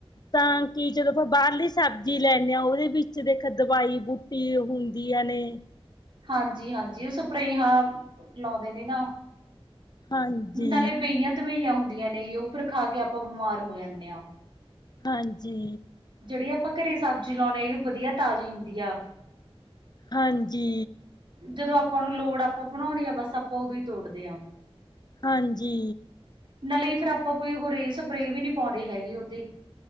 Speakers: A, on the left; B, on the right.
A: ਤਾਂ ਕਿ ਜਦੋਂ ਆਪਾਂ ਬਾਹਰਲੀ ਸਬਜ਼ੀ ਲੈਂਦੇ ਹਾਂ, ਉਹਦੇ ਵਿੱਚ ਦੇਖ ਦਵਾਈ ਬੂ ਹੁੰਦੀਆਂ ਨੇ,
B: ਹਾਂਜੀ, ਹਾਂਜੀ ਓ ਸਪ੍ਰੇਹਾਂ ਲੌਂਦੇ ਨੇ ਨਾ।
A: ਹਾਂਜੀ
B: ਨਾਲੇ ਬੇਈਆਂ ਤਬੇਈਆਂ ਹੁੰਦੀਆਂ, ਨੇ ਜੀ ਓ ਫਿਰ ਖਾ ਕੇ ਆਪਾਂ ਬਿਮਾਰ ਹੋ ਜਾਂਨੇ ਆ।
A: ਹਾਂਜੀ।
B: ਜੇੜੀ ਅਪਾਂ ਘਰੇ ਸਾਬਜੀ ਲੌਨੇ ਆ, ਵਧੀਆ ਤਾਜੀ ਹੁੰਦੀ ਆ।
A: ਹਾਂਜੀ,
B: ਜਦੋਂ ਆਪਾਂ ਨੂੰ ਲੋੜ ਆਪਾਂ ਬਣਾਉਣੀ ਆ ਬਸ ਆਪਾਂ ਉਦੋਂ ਹੀ ਤੋੜਦੇ ਹਾਂ,
A: ਹਾਂਜੀ,
B: ਨਾਲੇ ਫੇਰ ਆਪਾਂ ਕੋਈ ਹੋਰੇ ਸਪਰੇ ਵੀ ਨੀ ਪਾਉਂਦੇ ਹੈਗੇ, ਉਹਦੇ-